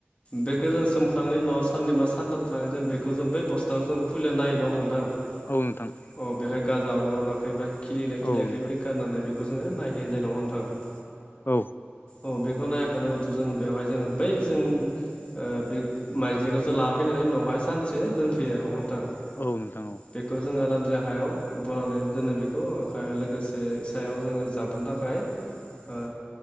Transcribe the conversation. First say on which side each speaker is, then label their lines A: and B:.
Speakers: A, on the left; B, on the left.
A: बेखो जों सोमखांनायनि उनाव साननै बा सानथाम थानानै जों बेखौ जों बै बस्थाखौ जों खुलिना नायो नङा होनबा नोंथां?
B: औ नोंथां।
A: अ बेहाय गाजा अरगोन ना अराखै बा खिलिदोंना खिलियाखै
B: औ नोंथां
A: बोखारनानै बेखौ जोंङो नायहैनाय जानाय नंङा होमबा नोंथां?
B: औ।
A: अ बेखौ नायखांनायनि उनावथ' जों बेवहाय जोंङो बै जों ओ बे माइज्लिखौसो लाना फैनायनै उनावहाय सानसे दोनफैयो आरो नङा होमबा नोंथां?
B: औ नोंथां औ।
A: बेखौ जोंङो आरामसे हायाव बनानै दोनो बेखौ लोगोसे सायाव जोंङो जाबनो थाखाय ओ